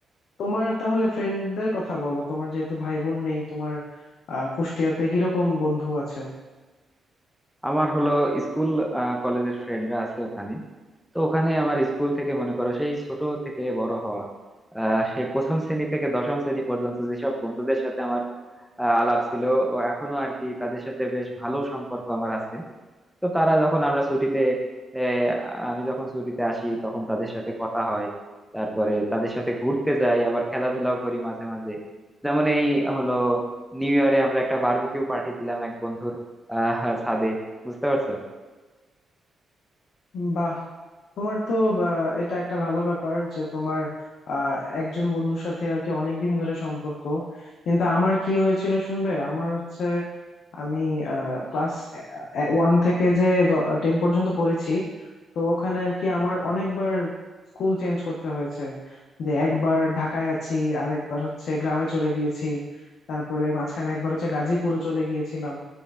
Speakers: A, on the left; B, in the centre.
A: তোমার তাহলে ফ্রেন্ডদের কথা বলো তোমার যেহেতু ভাই বোন নেই তোমার আহ কুষ্টিয়াতে কিরকম বন্ধু আছে
B: আমার হলো স্কুল আহ, কলেজের ফ্রেন্ডরা আছে ওখানে তো ওখানে আমার স্কুল থেকে মনে করো সেই ছোট থেকে বড় হওয়া আহ, সেই প্রথম শ্রেণী থেকে দশম শ্রেণী পর্যন্ত যেসব বন্ধুদের সাথে আমার আহ, আলাপ ছিল ও এখনো আর কি তাদের সাথে বেশ ভালো সম্পর্ক আমার আছে তো তারা যখন আমরা ছুটিতে এ, আমি যখন ছুটিতে আসি তখন তাদের সাথে কথা হয় তারপরে তাদের সাথে ঘুরতে যাই আবার খেলাধুলাও করি মাঝে মাঝে যেমন এই হলো নিউ ইয়ারে আমরা একটা বারবিকিউ পার্টি দিলাম এক বন্ধুর আহ ছাদে বুঝতে পারছো
A: বাহ তোমার তো আহ, এটা একটা ভালো ব্যাপার যে তোমার আহ, একজন বন্ধুর সাথে আর কি অনেকদিন ধরে সম্পর্ক কিন্তু আমার কি হয়েছিল শুনবে আমার হচ্ছে আমি ক্লাস ওয়ান থেকে যে টেন পর্যন্ত পড়েছি তো ওখানে আর কি আমার
B: বুঝতে
A: অনেকবার
B: পারছি
A: স্কুল চেঞ্জ করতে হয়েছে যে একবার ঢাকায় আছি আর একবার হচ্ছে গ্রামে চলে গিয়েছি তারপরে মাঝখানে একবার হচ্ছে গাজীপুরও চলে গিয়েছিলাম